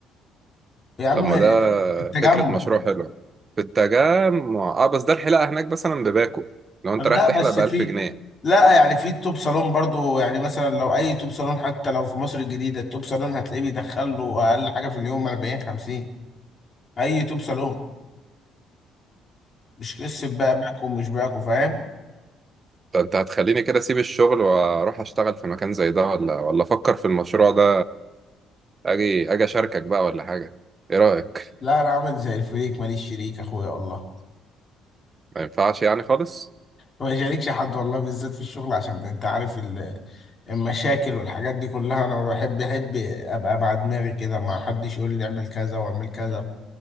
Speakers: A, on the left; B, on the right.
A: يا عم
B: طب ما ده
A: في التجمع
B: فكرة مشروع حلوة في التجمع اه بس ده الحلاقة هناك مثلا بباكو لو انت
A: لا
B: رايح تحلق
A: بس
B: بألف
A: في
B: جنيه
A: لا يعني في توب صالون برضو يعني مثلا لو اي توب صالون حتى لو في مصر الجديدة التوب صالون هتلاقيه بيدخل له اقل حاجة في اليوم 40 50 اي توب صالون مش قصة بقى باك ومش باك وفاهم
B: ده انت هتخليني كده اسيب الشغل واروح اشتغل في مكان زي ده ولا ولا افكر في المشروع ده اجي اجي اشاركك بقى ولا حاجة ايه رأيك
A: لا انا عامل زي الفريق ماليش شريك اخويا والله
B: ما ينفعش يعني خالص
A: ما يشاركش حد والله بالذات في الشغل عشان انت عارف ال- المشاكل والحاجات دي كلها انا ما بحب احب ابقى مع دماغي كده ما حدش يقول لي اعمل كذا واعمل كذا